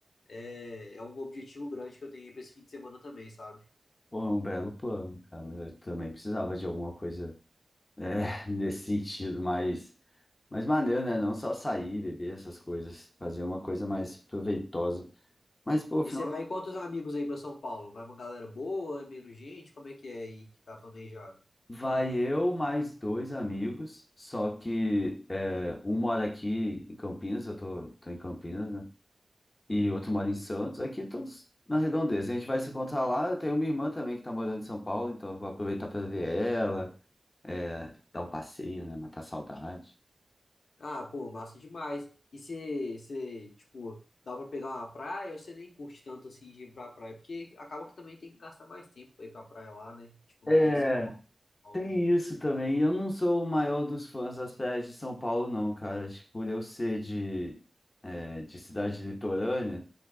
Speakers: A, on the left (about 80°); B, on the left (about 30°).
A: é, é um objetivo grande que eu tenho aí pra esse fim de semana também, sabe?
B: Pô, é um belo plano, cara. Eu também precisava de alguma coisa é, <laughs> nesse sentido, mas, mas maneiro, né? Não só sair, beber essas coisas. Fazer uma coisa mais proveitosa. Mas, pô, final
A: E você vai em quantos amigos aí pra São Paulo? Vai uma galera boa, É menos gente? Como é que é aí que tá planejado?
B: vai eu mais dois amigos, só que é, um mora aqui em Campinas, eu tô, tô em Campinas, né? E outro mora em Santos, aqui todos na redondeza. A gente vai se encontrar lá, eu tenho minha irmã também que tá morando em São Paulo, então eu vou aproveitar para ver ela, é, dar um passeio, né? Matar a saudade.
A: Ah, pô, massa demais. E você, você, tipo, dá pra pegar uma praia ou você nem curte tanto assim de ir pra praia? Porque acaba que também tem que gastar mais tempo pra ir pra praia lá, né? Tipo, não
B: É,
A: tem em São Paulo, São Paulo,
B: tem
A: né?
B: isso também. E Eu não sou o maior dos fãs das praias de São Paulo, não, cara. Acho que por eu ser de, é, de cidade litorânea,